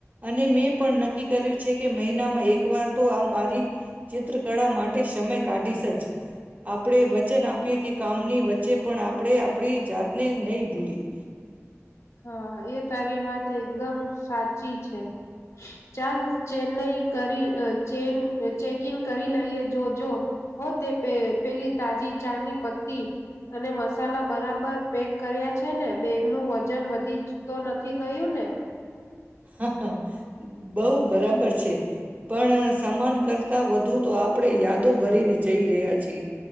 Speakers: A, on the right; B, on the left.
A: અને મેં પણ નક્કી કર્યું છે કે મહિનામાં એક વાર તો આ મારી, ચિત્રકળા માટે સમય કાઢીશ જ. આપણે વચન આપીએ કે કામની વચ ચે પણ આપણે આપણી જાતને નહી ભૂલી.
B: હા એ તારી વાત એકદમ સાચી છે, ચાલ ચેન્નઈ કરી ચેન ચેકિન કરી લઈએ, જોજો હો તે પેલી તાજી ચા ની પત્તી અને મસાલા બરાબર પેક કર્યા છે, ને બેગનું વજન વધી તો નથી ગયું ને.
A: હ. <unintelligible> બઉ બરાબર છે. પણ સામાન કર ત્યા વધુ તો આપડણે યાદો ભરી ને જઈ રહ્યા છે.